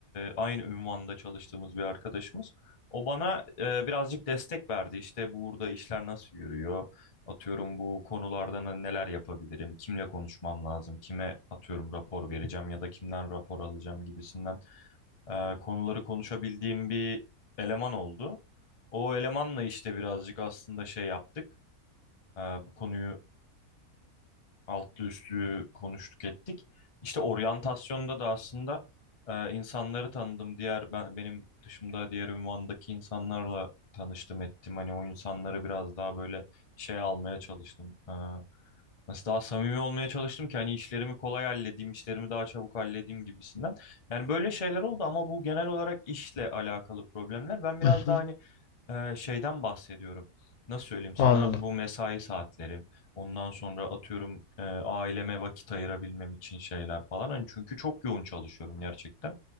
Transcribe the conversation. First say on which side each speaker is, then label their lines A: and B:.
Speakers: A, on the left (about 40°); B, on the left (about 80°).
A: aynı ünvanda çalıştığımız bir arkadaşımız. O bana e, birazcık destek verdi. İşte burada işler nasıl yürüyor? Atıyorum bu konularda ne- neler yapabilirim? Kimle konuşmam lazım? Kime atıyorum rapor vereceğim ya da kimden rapor alacağım gibisinden e, konuları konuşabildiğim bir eleman oldu. O elemanla işte birazcık aslında şey yaptık. e, bu konuyu altlı üstlü konuştuk ettik. İşte oryantasyonda da aslında e, insanları tanıdım. Diğer ben benim dışımda diğer ünvandaki insanlarla tanıştım ettim. Hani o insanları biraz daha böyle şey almaya çalıştım. E, nasıl daha samimi olmaya çalıştım ki hani işlerimi kolay halledeyim, işlerimi daha çabuk halledeyim gibisinden. Yani böyle şeyler oldu ama bu genel olarak işle alakalı problemler. Ben biraz
B: Hı hı.
A: daha hani ee, şeyden bahsediyorum. Nasıl söyleyeyim sana?
B: Anladım.
A: Bu mesai saatlerim. Ondan sonra atıyorum e, aileme vakit ayırabilmem için şeyler falan. Hani çünkü çok yoğun çalışıyorum gerçekten.